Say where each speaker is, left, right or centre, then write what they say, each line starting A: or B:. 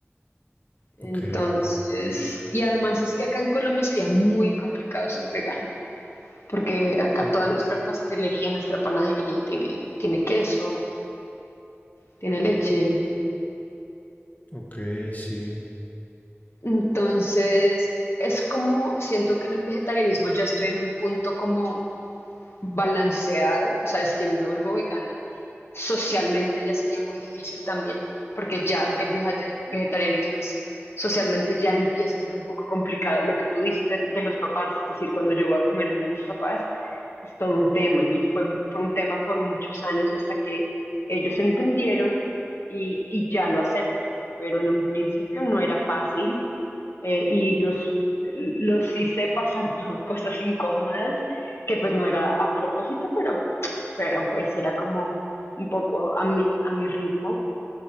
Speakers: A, on the left; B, on the left.
A: Entonces,
B: Ok,
A: y además es que acá en Colombia sería muy complicado ser vegano, porque acá
B: o-
A: toda nuestra pastelería, nuestra panadería tiene, tiene queso, tiene leche.
B: ok, sí.
A: Entonces, es como, siento que en el vegetarianismo ya estoy en un punto como balanceado, o sea, si yo me vuelvo vegana, socialmente ya sería muy difícil también, porque ya el vegeta- vegetarianismo es socialmente ya empieza a ser un poco complicado. Lo que tú dices de, de los papás, es decir, cuando yo voy a comer donde mis papás, es todo un tema y fue, fue un tema por muchos años hasta que ellos entendieron y, y ya lo aceptan, pero en un principio no era fácil eh, y los, los hice pasar por cosas incómodas que pues no era a propósito, pero, pero pues era como un poco a mi, a mi ritmo.